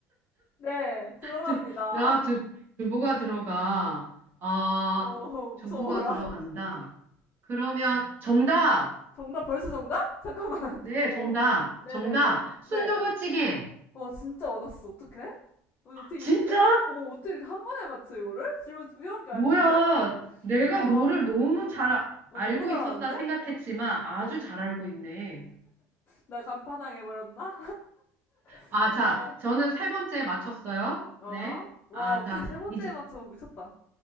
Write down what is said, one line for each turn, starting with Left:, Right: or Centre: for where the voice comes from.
Left: 네, 들어갑니다.
Right: 두, 나 두, 두부가 들어가. 아,
Left: 어, 무서워라.
Right: 두부가 들어간다.
Left: 어.
Right: 그러면 정답.
Left: 정답 벌써 정답? 잠깐만.
Right: 네,
Left: <laughs> 어.
Right: 정답.
Left: 네네네.
Right: 정답. 순두부찌개.
Left: 네. 와 진짜 맞았어. 어떡해? 아니, 어떻게
Right: 진짜?
Left: 이, <laughs> 어 어떻게 이렇게 한 번에 맞춰 이거를? 질문 두 개밖에
Right: 뭐야.
Left: 안 했는데?
Right: 내가
Left: 와.
Right: 너를 너무 잘 아-
Left: 어,
Right: 알고
Left: 너무 잘하는데?
Right: 있었다 생각했지만 아주
Left: 어.
Right: 잘 알고 있네.
Left: 나 간파당 해버렸나? <laughs>
Right: 아, 자,
Left: 어.
Right: 저는 세 번째 맞췄어요.
Left: 아.
Right: 네.
Left: 와
Right: 아,
Left: 어떻게
Right: 자,
Left: 세 번째에
Right: 이제
Left: 맞춰 미쳤다.